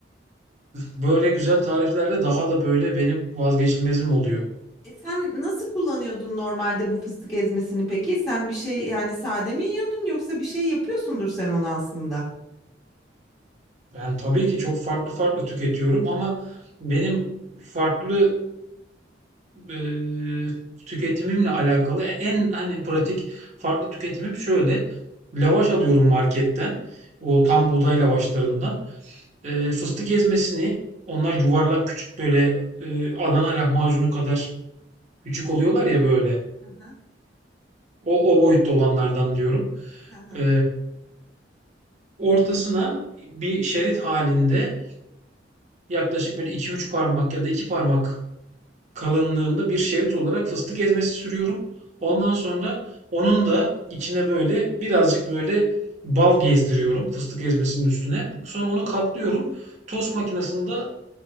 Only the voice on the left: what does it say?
E sen nasıl kullanıyordun normalde bu fıstık ezmesini peki? Sen bir şey yani sade mi yiyordun yoksa bir şey yapıyorsundur sen onu aslında.
Hı hı,
hı hı.